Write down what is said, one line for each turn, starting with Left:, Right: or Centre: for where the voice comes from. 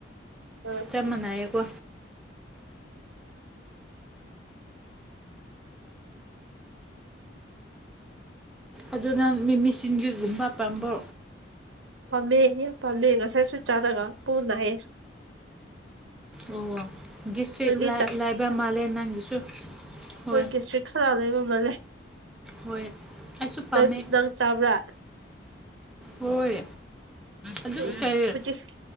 Right: ꯑ
Centre: ꯆꯞ ꯃꯥꯟꯅꯏꯌꯦꯀꯣ ꯑꯗꯨꯅ ꯃꯤꯃꯤꯁꯤꯡꯒꯤꯖꯒꯨꯝꯕ ꯄꯥꯝꯕ
Right: ꯄꯥꯝꯃꯦ ꯄꯝꯃꯦ ꯉꯁꯥꯏ ꯁ ꯆꯥꯗꯒ ꯄꯨꯅꯑ
Centre: ꯑꯣ ꯒꯦꯁꯇ꯭ꯔꯤꯠ
Right: ꯅꯪꯗꯤ
Centre: ꯂꯥꯏꯕ ꯃꯥꯜꯂꯦ ꯅꯪꯒꯤꯁꯨ ꯍꯣꯏ
Right: ꯍꯣꯏꯒꯤꯦꯁ ꯈꯔ ꯂꯩ ꯃꯃꯜꯂꯦ
Centre: ꯍꯣꯏ ꯑꯩꯁꯨ ꯄꯥꯝꯃꯦ
Right: ꯅꯪꯗꯤ ꯅꯪ ꯆꯥꯕ꯭ꯔꯥ
Centre: ꯍꯣꯏ ꯑꯗꯨꯝ
Right: ꯑꯣ ꯍꯧ
Centre: ꯆꯥꯏꯌꯦ
Right: ꯎꯆ ꯍꯧ